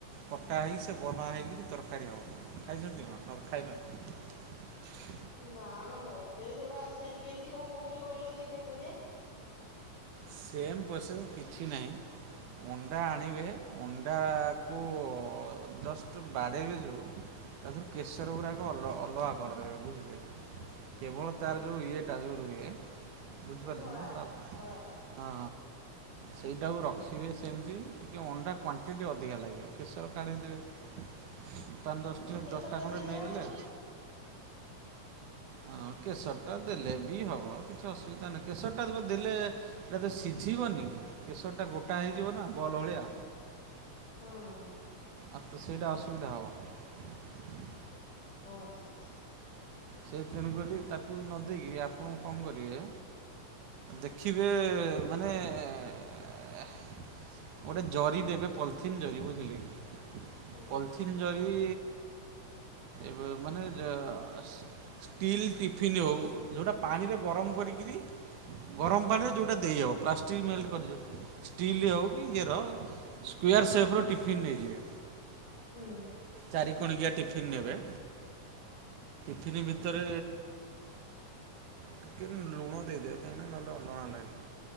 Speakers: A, on the right; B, on the left.
A: କଟା ହେଇ ସେ ବନା ହେଇକିରି ତରକାରୀ ହବ। ଖାଇଛନ୍ତି ମା ହଁ ନହେଲେ ଖାଇନଥିବେ।
B: ନାଁ ନାଁ ମତେ ସେଉଡ଼ା ଆସେନି କେମତି କଁ କୋହୁଚ କହିଲ ଦେଖିଆ କରିଆ।
A: ସେମ୍ ପୋସେସ୍ କିଛି ନାହିଁ। ଅଣ୍ଡା ଆଣିବେ ଅଣ୍ଡାକୁ ଜଷ୍ଟ୍ ବାଡ଼େଇବେ ଯୋଉ ତାଧୁରୁ କେଶର ଗୁୁରାକ ଅଲ ଅଲଗା କରିଦେବେ ଦେବେ ବୁଝିଲେ କି? କେବଳ
B: ହୁଁ
A: ତାର
B: ହୁଁ।
A: ଯୋଉ ଇଏଟା ଯୋଉ ରୁହେ ବୁଝିପାରଲେ
B: ସେ ଧଳା
A: ହେନ ଦା
B: ଟା ଧଳା ପାଟ ଟା
A: ହଁ। ସେଇଟାକୁ ରଖିବେ ସେମତି ଟିକେ ଅଣ୍ଡା କ୍ଵାଣ୍ଟିଟି ଅଧିକା ଲାଗିବ କେଶର କାଢ଼ିଦେବେ। ପାଁ ଦଶଟି
B: କାଇଁ କେଶର
A: ଦଶଟା
B: ଟା
A: ଖଣ୍ଡେ
B: ଦେଲେ
A: ନେଇ
B: ହବନି
A: ଆଇଲେ ହଁ। କେଶରଟା ଦେଲେ ବି ହବ କିଛି ଅସୁବିଧା ନାହିଁ କେଶରଟା ତ ପ ଦେଲେ ସେଟା ତ ସିଝିବନି। କେଶରଟା ଗୋଟା
B: ହଁ
A: ହେଯ ନାଁ ବଲ୍ ଭଳିଆ।
B: ହଁ ହଁ।
A: ଆ ତୁ ସେଇଟା ଅସୁବିଧା ହବ।
B: ଓ ଆଚ୍ଛା ଆଚ୍ଛା।
A: ସେ ତେଣୁ କରି ତାକୁ ନ ଦେଇକି ଆପଣୁ କଁ କରିବେ ଦେଖିବେ ମାନେ ହେ ଗୋଟେ ଜରି ଦେବେ ପଲିଥିନ୍ ଜରି ବୁଝିଲେ କି
B: ହୁଁ
A: ପଲିଥନ୍ ଜରି ଏବେ ମାନେ ଜ ଷ୍ଟିଲ୍ ଟିଫିନ୍ ହେଉ ଯେଉଁଟା ପାଣିରେ ଗରମ କରିକରି ଗରମ ପାଣିରେ ଯଉଟା ଦେଇହବ ପ୍ଲାଷ୍ଟିକ ମେଲ୍ଟ କରିିବ ଷ୍ଟିଲ ହଉ କି ଇଏର ସ୍କୟାର
B: ହୁଁ
A: ସେପ
B: ହୁଁ
A: ର ଟିଫିନ୍ ନେଇଯିବେ
B: ହୁଁ
A: ଚାରି କଣିକିଆ ଟିଫିନ୍ ନେବେ ଫିନି ଭିତରେ ଟିକେ ଲୁଣ ଦେଇଦେବ କାହିଁକି ନା ନହେଲେ ଅଲଣା ଲାଗିବ